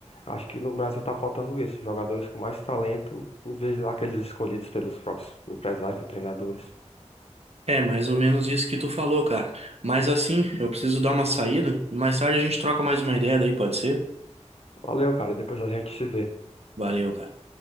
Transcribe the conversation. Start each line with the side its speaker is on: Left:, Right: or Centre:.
Left: acho que no Brasil tá faltando isso, jogadores com mais talento, em vez daqueles escolhidos pelos próprios empresários ou treinadores.
Right: É mais ou menos isso que tu falou, cara. Mas assim, eu preciso dar uma saída. Mais tarde a gente troca mais uma ideia daí, pode ser?
Left: Valeu, cara, depois a gente se vê.
Right: Valeu, cara.